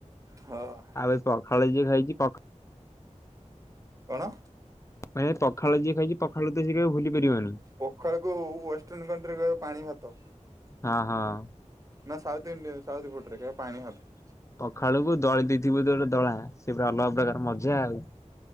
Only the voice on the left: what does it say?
ଆଉ ଏ ପଖାଳ ଯିଏ ଖାଇଛି ପଖ
ମାନେ ପଖାଳ ଯିଏ ଖାଇଛି ପଖାଳତ ସେ କେବେ ଭୁଲି ପାରିବନି।
ହଁ-ହଁ।
ପଖାଳୁକୁ ଦଳି ଦେଇଥିବୁ ତ ଗୋଟେ ଦଳା ସେପୁରା ଅଲଗା ପ୍ରକାର ମଜା ଆଉ।